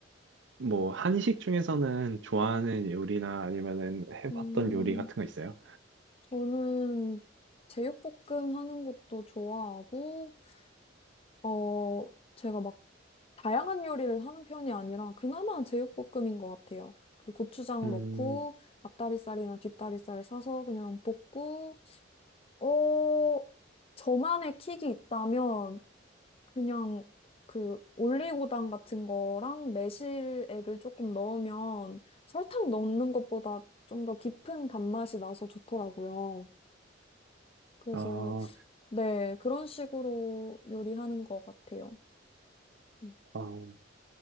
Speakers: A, on the right; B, on the left.
A: 뭐 한식 중에서는 좋아하는 요리나 아니면은 해봤던
B: 음,
A: 요리 같은 거 있어요?
B: 저는 제육볶음 하는 것도 좋아하고, 어, 제가 막 다양한 요리를 하는 편이 아니라 그나마 제육볶음인 것 같아요. 그 고추장
A: 음,
B: 넣고 앞다리살이나 뒷다리살 사서 그냥 볶고 어, 저만의 킥이 있다면 그냥 그 올리고당 같은 거랑 매실액을 조금 넣으면 설탕 넣는 것보다 좀 더 깊은 단맛이 나서 좋더라고요. 그래서
A: 아,
B: 네, 그런 식으로 요리하는 것 같아요. 음.
A: 어,